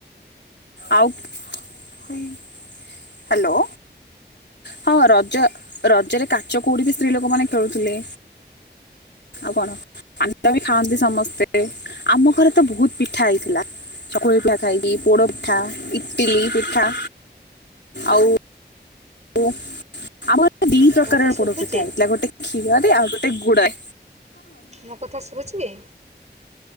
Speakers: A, on the left; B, on the right.
A: ଆଉ ହ୍ୟାଲୋ! ହଁ, ରଜ ରଜରେ କାଚ କଉଡି ବି ସ୍ତ୍ରୀ ଲୋକମାନେ ଖେଳୁଥିଲେ। ଆଉ କଣ ପାନ ବି ଖାଆନ୍ତି ସମସ୍ତେ, ଆମ ଘରେ ତ ବହୁତ ପିଠା ହେଇଥିଲା। ଚକୁଳି ପିଠା ଖାଇଲି, ପୋଡ ପିଠା, ଇଟିଲି ପିଠା ଆଉ ଓ ଆମର ତ ଦି ପ୍ରକାରର
B: ମୋ କଥା ଶୁଭୁଛି
A: ପୋଡ଼ ପିଠା ହେଇଥିଲା ଗୋଟେ କ୍ଷୀରରେ ଆଉ ଗୋଟେ ଗୁଡରେ।
B: ମୋ କଥା ଶୁଭୁଛି?